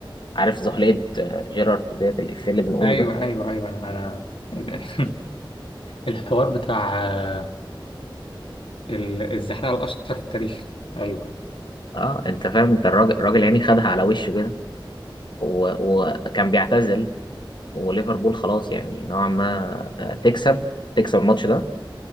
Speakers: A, on the left; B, on the left.
A: عارف زحلية آه، جيرارد ديت الإفيه اللي بنقوله
B: ايوه
A: ده
B: ايوه ايوه انا انا <laughs> الحوار بتاع آه، ال- الزحلقه الاشهر في التاريخ ايوه
A: اه انت فاهم انت الراجل الراجل يعني خدها على وشه كده و- وكان بيعتزل وليفربول خلاص يعني نوعا ما آه، تكسب تكسب الماتش ده